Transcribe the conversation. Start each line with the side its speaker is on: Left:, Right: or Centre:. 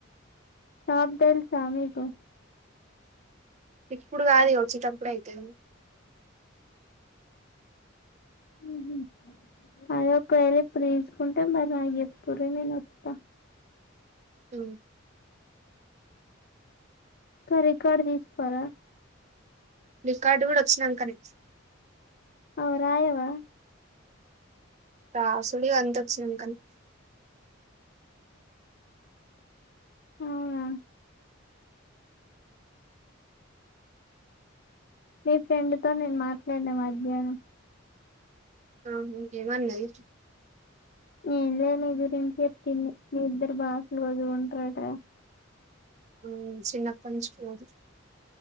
Left: షాప్ తేల్సా మీకు
Right: ఇప్పుడు గాదు ఇగ వచ్చేటప్పుడు అయితది
Left: ఉహు అదే ఒకవేళ ఇప్పుడు తీసుకుంటే మరి నాక్ చేప్పుర్రి నేనొత్తా
Right: ఉ
Left: క రికార్డ్ తీసుకోరా
Right: రికార్డు కూడా వచ్చినంకనే
Left: అగో రాయవా
Right: రాసుడు ఇదంత వచ్చినంకనే
Left: అవునా మీ ఫ్రెండ్ తో నేన్ మాట్లాడినా మధ్యాహ్నం
Right: ఆహు ఏమన్నది
Left: ఏం లేద్ నీ గురించి చెప్పింది మీ ఇద్దరు బాగా క్లోజ్గా ఉంటారట
Right: ఉ చిన్నప్పట్ నుంచి క్లోజ్